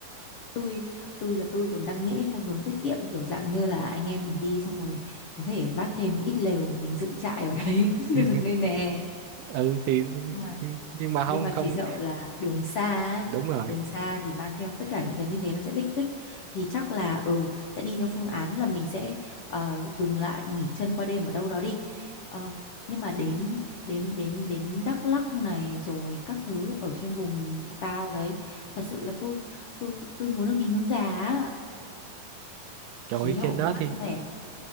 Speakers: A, on the left; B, on the right.
A: tôi tôi là tôi còn đang nghĩ theo hướng tiết kiệm kiểu dạng như là anh em mình đi xong rồi có thể vác thêm ít lều mình dựng trại ở đấy <laughs> cũng
B: <laughs>
A: được nên nè
B: ừ thì
A: nhưng mà
B: nhưng mà không
A: nhưng mà
B: không
A: chỉ sợ là đường xa ấy.
B: đúng rồi
A: đường xa thì mang theo tất cả những cái như thế nó sẽ lích kích thì chắc là ừ sẽ đi theo phương án là mình sẽ ờ, dừng lại nghỉ chân qua đêm ở đâu đó đi Ờ, nhưng mà đến đến đến đến Đắk Lắk này rồi các thứ ở trên vùng cao đấy thật sự là tôi tôi tôi muốn được đi nướng gà á
B: trời
A: khí
B: ơi,
A: hậu
B: trên đó
A: mát
B: thì
A: mẻ